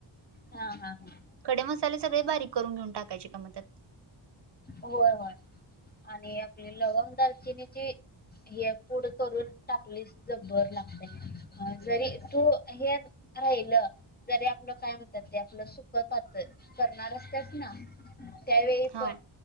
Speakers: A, on the left; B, on the right.
A: हा हा हा
B: खडे मसाले सगळे बारीक करून घेऊन टाकायचे का मदत
A: होय होय आणि आपली लवंग दालचिनीची हे पुढं करून टाकलीस ज भर लागत अ जरी तू हे राहिल जरी आपलं काय म्हणतात ते आपलं सुख पातळ करणार असतच ना त्यावेळी
B: हा
A: पण